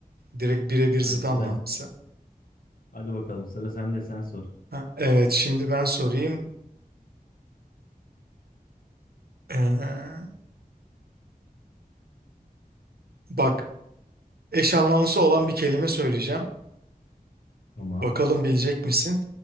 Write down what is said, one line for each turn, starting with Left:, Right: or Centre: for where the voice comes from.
Right: Direkt birebir
Left: Ay
Right: zıt
Left: güzel.
Right: anlamlısı.
Left: Hadi bakalım sıra sende sen sor.
Right: Ha, evet şimdi ben sorayım. Ee, bak eş anlamlısı olan bir kelime söyleyeceğim.
Left: Tamam.
Right: Bakalım bilecek misin?